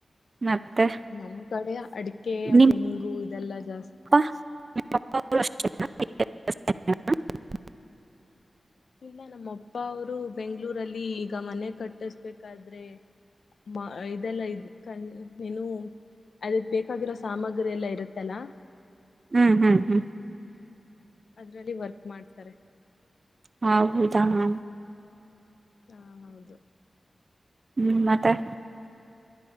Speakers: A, on the right; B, on the left.
A: ಮತ್ತೆ
B: ನಮ್ ಕಡೆ ಅಡಿಕೆ
A: ನಿಮ್
B: ತೆಂಗು ಇದೆಲ್ಲಾ ಜಾಸ್ತಿ
A: ಅಪ್ಪ <inaudible>
B: ಇಲ್ಲ ನಮ್ಮ ಅಪ್ಪ ಅವರು ಬೆಂಗಗಳೂರಲ್ಲಿ ಈಗ ಮನೆ ಕಟ್ಟಿಸಬೇಕಾದ್ರೆ ಮ ಇದೆಲ್ಲ ಇದ ಏನು ಅದಕ್ ಬೇಕಾಗಿರೋ ಸಾಮಗ್ರಿ ಎಲ್ಲ ಇರುತ್ತಲ್ಲಾ
A: ಹ್ಮ್ ಹ್ಮ್ ಹ್ಮ್
B: ಅದರಲ್ಲಿ ವರ್ಕ್ ಮಾಡ್ತಾರೆ
A: ಹಾ ಹೌದಾ ಹಾ
B: ಹಾ ಹೌದು
A: ಹ್ಮ್ ಮತ್ತೆ